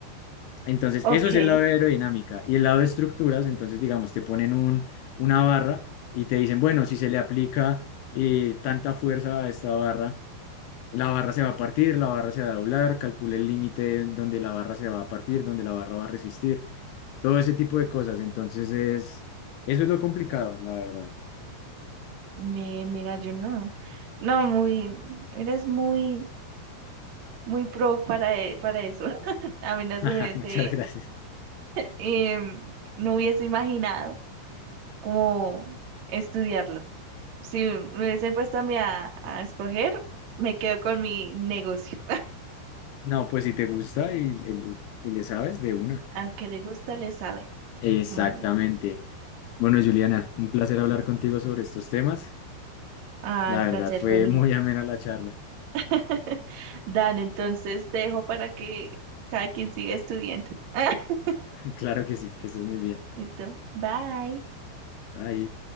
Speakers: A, on the left (about 75°); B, on the right (about 55°).
A: Entonces,
B: ok.
A: eso es el lado de aerodinámica. Y el lado de estructuras, entonces, digamos, te ponen un, una barra y te dicen, bueno, si se le aplica eh, tanta fuerza a esta barra, la barra se va a partir, la barra se va a doblar, calcule el límite donde la barra se va a partir, donde la barra va a resistir, todo ese tipo de cosas. Entonces es, eso es lo complicado, la verdad.
B: Me, mira, yo no. No, muy, eres muy, muy pro para, e- para eso. <laughs> A mí no
A: <laughs>
B: se me hubiese,
A: Muchas gracias.
B: em, no hubiese imaginado cómo estudiarlo. Si me hubiesen puesto a mí a, a escoger, me quedo con mi negocio.
A: No, pues si te gusta y, el- y le sabes de una.
B: Al que le gusta, le sabe.
A: Exactamente.
B: Mm,
A: Bueno, Juliana, un placer hablar contigo sobre estos temas.
B: Ah,
A: La
B: el placer
A: verdad fue
B: fue mío.
A: muy amena la charla.
B: <laughs> Dale, entonces te dejo para que cada quien siga estudiando. <laughs>
A: <laughs> Claro que sí, que estés muy bien.
B: Listo. Bye.
A: Ahí.